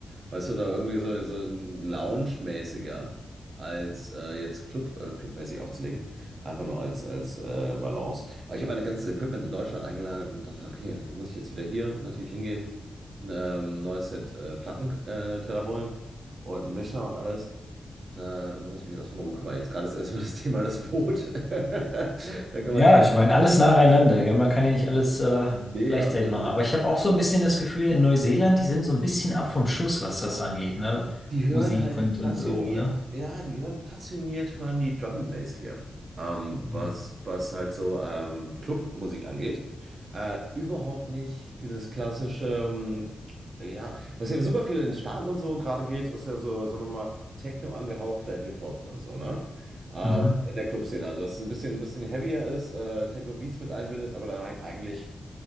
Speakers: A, on the right (about 50°); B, on the left (about 20°).
A: Weißt du, oder irgendwie so, so ein Lounge-mäßiger als äh, jetzt Club, äh, Clubmäßig aufzulegen. Einfach nur als, als äh, Balance. Aber ich habe mein ganzes Equipment in Deutschland eingelagert und dachte, okay, da muss ich jetzt wieder hier natürlich hingehen, ein ähm, neues Set äh, Plattenteller äh, Teller holen und einen Mischer und alles. Da muss ich mich erstmal drum kümmern. Jetzt gerade ist erstmal das <laughs> Thema das Boot. <laughs> Da kann
B: Ja,
A: man schon.
B: ich meine, alles nacheinander, gell? Man kann ja nicht alles äh,
A: Nee,
B: gleichzeitig
A: absolut.
B: machen. Aber ich habe auch so ein bisschen das Gefühl, in Neuseeland, die sind so ein bisschen ab vom Schuss, was das angeht, ne?
A: Die hören
B: Musik
A: halt
B: und, und
A: passioniert,
B: so, ne?
A: ja, die hören passioniert, hören die Drum and Bass hier. Ähm, was,
B: Mhm.
A: was halt so ähm, Clubmusik angeht. Äh, überhaupt nicht dieses klassische, ähm, ja, was ja super viel in den Staaten und so gerade geht, ist ja so, sagen wir mal, Techno angehauchter Hip-Hop und so, ne? Äh,
B: Mhm.
A: in der Clubszene. Also, was ein bisschen, ein bisschen heavier ist, äh, Techno-Beats mit einbindet, aber dann halt eigentlich